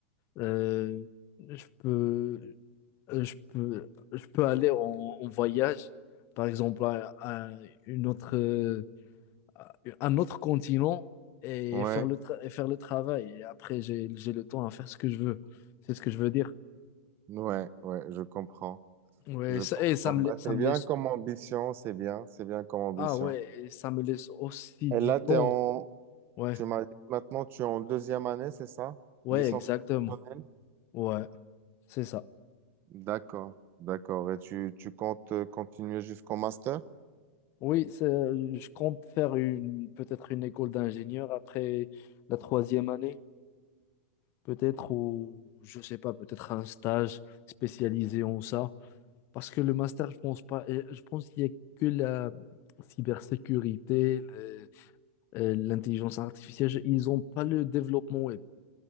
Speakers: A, on the left; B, on the right.
A: Euh, je peux, euh, je peux, je peux aller en, en voyage, par exemple, à, à une autre, euh, à un autre continent et
B: Ouais,
A: faire le, tra- et faire le travail. Et après, j'ai, j'ai le temps à faire ce que je veux. C'est ce que je veux dire.
B: ouais, ouais, je comprends.
A: Ouais,
B: Je
A: ça,
B: comprends.
A: et ça me,
B: Bah,
A: lai- ça
B: c'est
A: me
B: bien
A: laisse.
B: comme ambition, c'est bien, c'est bien comme ambition.
A: Ah ouais, et ça me laisse aussi
B: Et
A: du
B: là,
A: temps.
B: t'es en,
A: Ouais,
B: tu m'as dit que maintenant, tu es en deuxième année, c'est ça?
A: ouais,
B: Licence
A: exactement.
B: professionnelle?
A: Ouais, c'est ça.
B: D'accord, d'accord. Et tu, tu comptes euh, continuer jusqu'au master?
A: Oui, c'est- je compte faire une peut-être une école d'ingénieur après la troisième année, peut-être, ou je sais pas, peut-être un stage spécialisé en ça. Parce que le master, je pense pas, et je pense qu'il y a que la cybersécurité, le- euh, l'intelligence artificielle, je- ils ont pas le développement web.